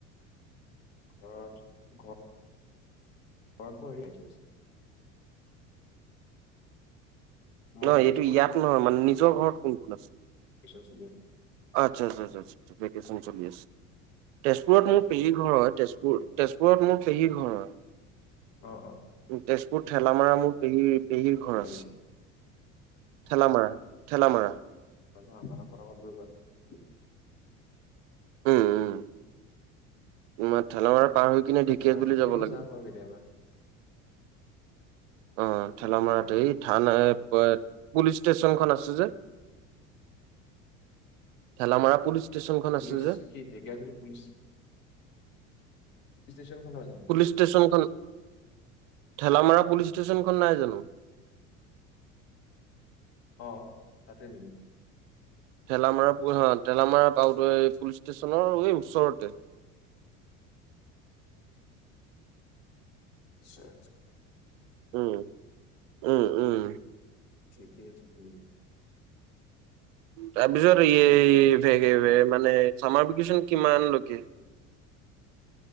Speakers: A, on the left; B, on the right.
A: ঘৰত ঘৰ ঘৰত বৰিয়াকিছে মই
B: নহয়,
A: এতিয়া তেজপুৰত
B: এইটো ইয়াত নহয়, মানে নিজৰ ঘৰত কোন, কোন আছে।
A: বিশচনীয়
B: আচ্ছা আচ্ছা ভেকেশ্যন চলি আছে। তেজপুৰত মোৰ পেহী ঘৰ হয়, তেজপুৰ,
A: অ',
B: তেজপুৰত মোৰ পেহীৰ ঘৰৰ,
A: অ', অ',
B: তেজপুৰ ঠেলামাৰা, মোৰ পেহীৰ পেহীৰ ঘৰাছে
A: আহিছে
B: ঠেলামাৰা, ঠেলামাৰা
A: হয়, আমাৰ পৰা দূৰ হয়।
B: উম, উম তোমাৰ ঠেলামৰা পাৰ হৈ। কিনে ঢেকিয়াজুলি
A: ঠেলা মাৰ খেলিব
B: যাব লাগে।
A: যাম বাৰু কেতিয়াবা।
B: অ,
A: ঢেকীয়াজুলি
B: ঠেলামৰাটোএ,
A: আউট গাঁও
B: থান পুলিচ ষ্টেচনখন আছে যে ঠেলামাৰা পুলিচ ষ্টেচনখন
A: পুলিচ
B: আছে যে
A: কি ঢেকিয়াজুলি পুলিচ। পুলিচষ্টেচন খন নহয়, জানো।
B: পুলিচ ষ্টেচনখন ঠেলামাৰা পুলিচ ষ্টেচনখন নাই জানো।
A: অ, তাতে নেকি?
B: ঠেলামাৰ, হ ঠেলামাৰা, পাওঁতে, পুলিচ ষ্টেচনৰ এই ওচৰতে। <inaudible>
A: আচ্ছা, আচ্ছ।
B: উম, উম, উম।
A: ঠিকে, ঠিকে।
B: তাৰপিছত এই,
A: ন তেজপুৰৰ ফালে
B: মানে চামাৰ ভেকচন কিমান লৈকে?